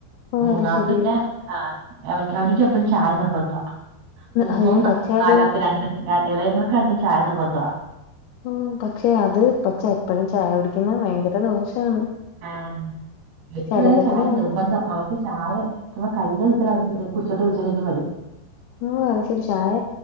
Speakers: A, on the left; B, on the right.
A: ഓ
B: മൂന്നാമത്ത്ന്നെ
A: അത് ശെരി
B: ആഹ് അവൻ അവൻക്ക് എപ്പഴും ചായ നിർബന്ധം മൂന്ന്
A: അയ്യോ പക്ഷെ
B: നാലാത്ത
A: അത്
B: രണ്ട് ഇളയങ്ങൾക്ക് രണ്ടും ചായ നിർബന്ധവാ
A: ഉം പക്ഷെ അത് പക്ഷെ എപ്പഴും ചായ കുടിക്കുന്നത് ഭയങ്കര ദോഷാണ്
B: ആഹ് എറ്റതുഅത്ചായ
A: ശരീരത്തിന്
B: നിർബന്ധം അവ ഹ് ചായ കഴിഞ് <unintelligible> കുടിച്ചോട്ട് കുടിചോ യ്ച്ചാണ്ട് വരു
A: ഓഹ് അത് ശരി ചായ